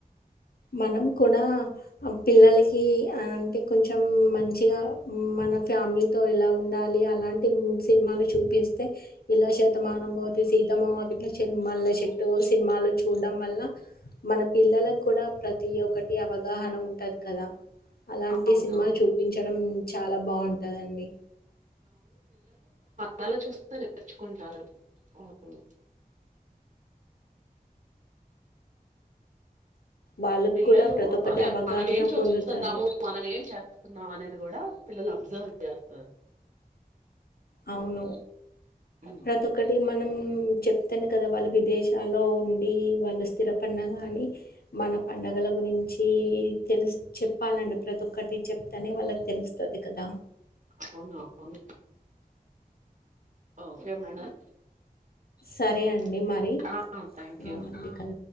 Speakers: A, on the left; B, on the right.
A: మనం కూడా ఆమ్ పిల్ పిల్లలకి అంటే కొంచెం మంచిగా మన ఫ్యామిలీతో ఎలా ఉండాలి అలాంటివి తిన్ మాలు చూపిస్తే ఇలా శతమానం భవతి, సీతమ్మ వాకిట్లో సిరిమల్లె చెట్టు సినిమాలు చూడడం వల్ల మన పిల్లల కూడా ప్రతి ఒక్కటి అవగాహన ఉంటాది కదా అలాంటి
B: అవును
A: సినిమాలు
B: అవును
A: చూపించడం చాలా బాగుంటాదండి
B: వాళ్లే చూస్తే నేర్చుకుంటారు అవును
A: వాళ్ళకు
B: పిల్లలు
A: కూడా ప్రతి ఒక్కటి
B: అదే
A: అవగాహన
B: మనం ఏం చూస్తున్నాము
A: పొందుతారు
B: మనం ఏం చేస్తున్నాము అనేది గూడా పిల్లలు అబ్జర్వ్ చేస్తారు
A: అవును
B: ఉమ్,
A: ప్రతి ఒక్కటి మా మనం చెప్తేనే కదా వాళ్ళు విదేశాల్లో ఉండి వాళ్ళు స్థిరపన్న కానీ మన పండగల గురించి తెలు చెప్పు చెప్పాలండి ప్రతి ఒక్కటి చెప్తానే వాళ్ళకి తెలుస్తది కదా
B: అవునవును ఓకే మేడం
A: సరే
B: ఓకే
A: అండి మరి
B: ఆ థ్యాంక్
A: ఆ,
B: యూ
A: మళ్ళీ కలుద్దాం